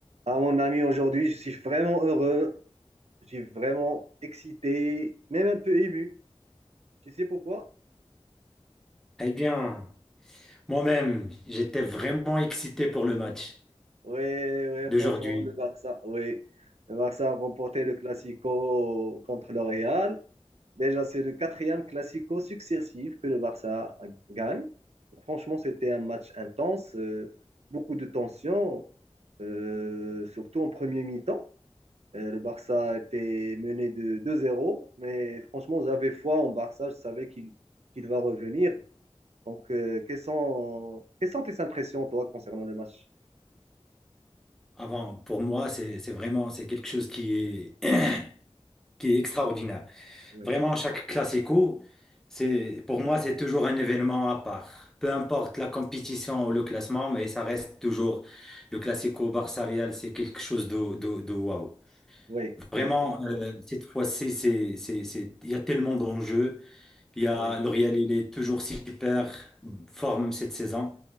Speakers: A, on the right; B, in the centre.
A: Ah, mon ami, aujourd'hui, je suis vraiment heureux. Je suis vraiment excité, même un peu ému. Tu sais pourquoi?
B: Eh bien, moi-même, j'étais vraiment excité pour le match
A: Oui, oui,
B: d'aujourd'hui.
A: franchement, le Barça, oui. Le Barça a remporté le Classico contre le Real. Déjà, c'est le quatrième Classico successif que le Barça gagne. Franchement, c'était un match intense, euh, beaucoup de tension, euh, surtout en premier mi-temps. Euh, le Barça était mené de deux zéro, mais franchement, j'avais foi en Barça. Je savais qu'il qu'il va revenir. Donc, euh, quelles sont, quelles sont tes impressions, toi, concernant le match?
B: Avant, pour moi, c'est c'est vraiment c'est quelque chose qui est, <clears throat> qui est extraordinaire.
A: Oui,
B: Vraiment, chaque classico, c'est pour moi, c'est toujours un événement à part. Peu importe la compétition ou le classement, mais ça reste toujours le classico Barça-Real, c'est quelque chose de, de, de waouh.
A: oui,
B: Vraiment,
A: oui, Fran-
B: euh, cette fois-ci, c'est, c'est, c'est, il y a tellement d'enjeux. Il y a,
A: oui,
B: le Real, il est toujours super forme cette saison.